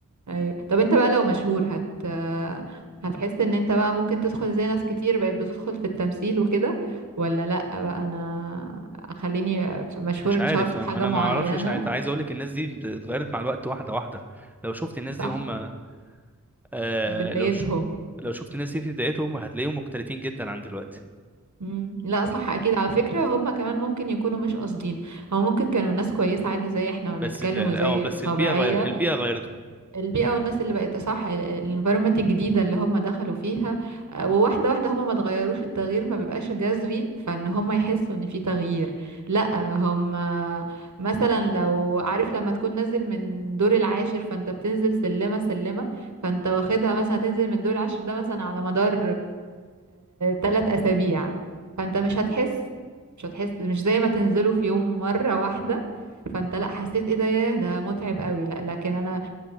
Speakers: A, on the right; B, in the centre.
A: ايوه طب انت بقى لو مشهور هت هتحس ان انت بقى ممكن تدخل زي ناس كتير بقت بتدخل في التمثيل وكده ولا لا بقى انا خليني مشهور
B: مش
A: اتشهرت
B: عارف ما
A: في حاجة
B: ما انا
A: معينة
B: ما اعرفش ساعتها عايز اقول لك الناس دي اتغيرت مع الوقت واحده واحده لو شفت الناس دي
A: صح
B: هم آه
A: بدايتهم
B: لو ش... لو شفت الناس دي في بدايتهم هتلاقيهم مختلفين جدا عن دلوقتي
A: مم. لا
B: هت-
A: صح اكيد على فكرة هم كمان ممكن يكونوا مش قاصدين هو ممكن كانوا ناس كويسة عادي زي احنا ما بنتكلم
B: بس ال-
A: وزي
B: اه بس
A: طبيعية
B: البيئه غير... البيئه غيرتهم
A: البيئة والناس اللي بقت صح الانفيرومنت الجديدة اللي هم دخلوا فيها آه، وواحدة واحدة هم ما تغيروش التغيير ما بيبقاش جذري فان هم يحسوا ان في تغيير لا هم مثلا لو عارف لما تكون نازل من دور العاشر فانت بتنزل سلمة سلمة فانت واخدها مثلا هتنزل من الدور العاشر ده مثلا على مدار ثلاث اسابيع فانت مش هتحس مش هتحس مش زي ما تنزله في يوم مرة واحدة فانت لا حسيت ايه ده ياه ده متعب قوي لا لكن انا